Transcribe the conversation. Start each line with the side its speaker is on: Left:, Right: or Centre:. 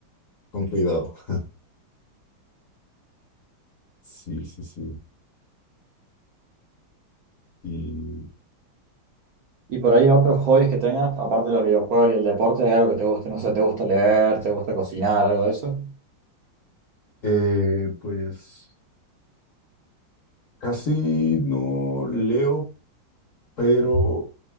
Left: con cuidado. <laughs> Sí, sí, sí. Y
Right: ¿Y por ahí otros hobbies que tengas, aparte de los videojuegos y el deporte, hay algo que te guste? No sé, ¿te gusta leer? ¿Te gusta cocinar? ¿Algo de eso?
Left: eh, pues casi no leo, pero